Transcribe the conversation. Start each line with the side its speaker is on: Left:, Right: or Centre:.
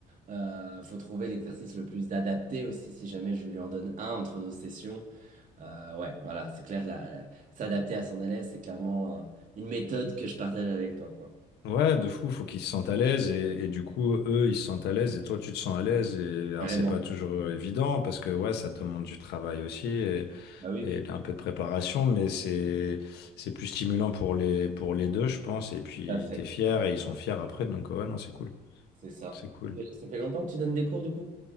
Right: Euh, faut trouver l'exercice le plus adapté aussi si jamais je lui en donne un entre nos sessions. Euh, ouais, voilà, c'est clair, là, s'adapter à son élève, c'est clairement euh, une méthode que je partage avec toi, quoi.
Left: Ouais, de fou, faut qu'ils se sentent à l'aise et, et du coup, eux, ils se sentent à l'aise et toi, tu te sens à l'aise. Et alors,
Right: Carrément.
Left: c'est pas toujours euh, évident parce que ouais, ça demande du travail aussi. et
Right: Bah oui, oui,
Left: un peu de préparation, mais c'est c'est plus stimulant pour les pour les deux, je pense. Et puis
Right: tout à fait.
Left: t'es fier et ils sont fiers après, donc ouais, non, c'est cool,
Right: C'est ça.
Left: c'est cool.
Right: Ça fait ça fait longtemps que tu donnes des cours, du coup?